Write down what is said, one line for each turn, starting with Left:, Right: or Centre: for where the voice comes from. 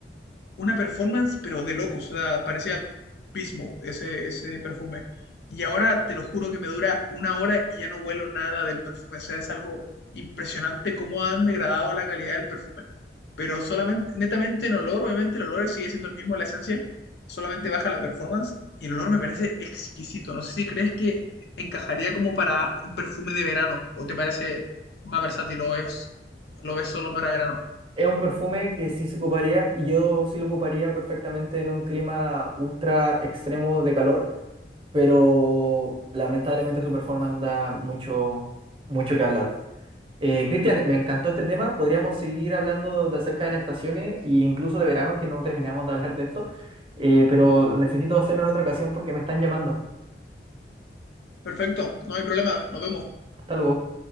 Left: una performance, pero de locos. O sea, parecía Pismo ese, ese perfume. Y ahora te lo juro que me dura una hora y ya no huelo nada del perfume. O sea, es algo impresionante cómo han degradado la calidad del perfume. Pero solamente, netamente en olor, obviamente el olor sigue siendo el mismo, la esencia, solamente baja la performance y el olor me parece exquisito. No sé si crees que encajaría como para un perfume de verano o te parece más versátil o es, lo ves solo para verano.
Right: Es un perfume que sí se ocuparía y yo sí lo ocuparía perfectamente en un clima ultra extremo de calor pero lamentablemente su performance da mucho, mucho que hablar. Eh, Cristian, me encantó este tema. Podríamos seguir hablando de acerca de las estaciones e incluso de verano, que no terminamos de hablar de esto, Eh, pero necesito hacerlo en otra ocasión porque me están llamando.
Left: Perfecto, no hay problema, nos vemos.
Right: Hasta luego.